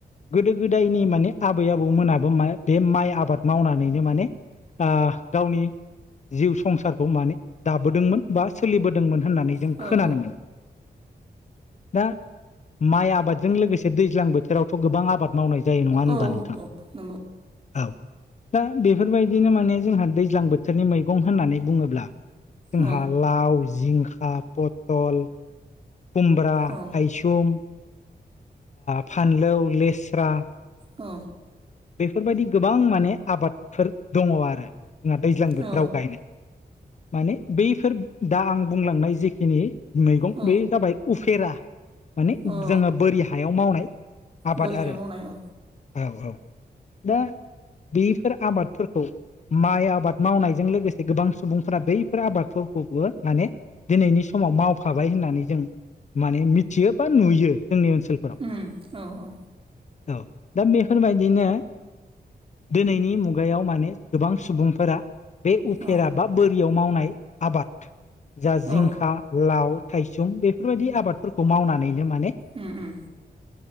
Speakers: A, on the left; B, on the right.
A: गोदो गोदायनि माने आबै आबौमोनाबो माइ बे माइ आबाद मावनानैनो माने गावनि जिउ संसारखौ माने दाबोदोंमोन बा सोलिबोदोंमोन होननानै जों
B: औ
A: खोनानो मोनो दा माइ आबादजों लोगोसे दैज्लां बोथोराव थ' गोबां आबाद मावनाय जायो नङा होनबा
B: औ
A: नोंथां।
B: औ नंगौ
A: औ दा बेफोरबायदिनो माने जोंहा दैज्लां बोथोरनि मैगं होननानै बुङोब्ला जोंहा
B: औ
A: लाव जिंखा पथल खुमब्रा
B: औ
A: थाइसुम फानलौ लेस्रा
B: अ
A: बेफोरबायदि गोबां माने आबादफोर दंङो आरो। जोंना दैज्लां बोथोराव
B: औ
A: गायनाय माने बैफोर दा आं बुंलांनाय जेखिनि मैगं
B: औ
A: बे जाबाय उफेरा माने
B: औ
A: जोंङो बोरि हायाव मावनाय आबाद
B: बोरै हायाव
A: आरो
B: मावनाय औ
A: औ औ दा बेफोर आबादफोरखौ माइ आबाद मावनायजों लोगोसे गोबां सुबुंफोरा बैफोर आबादफोरखौबो माने दिनैनि समाव मावफाबाय होननानै जों माने मिथियो बा नुयो जोंनि ओनसोलखौ
B: उम औ औ
A: औ दा बेफोरबायदिनो। दिनैनि मुगायाव माने गोबां सुबुंफोरा बे उफेरा
B: औ
A: बा बोरियाव मावनाय आबाद जा जिंखा
B: औ
A: लाव थाइसुम बेफोरबायदि आबाद फोरखौ मावनानैनो माने
B: उम उम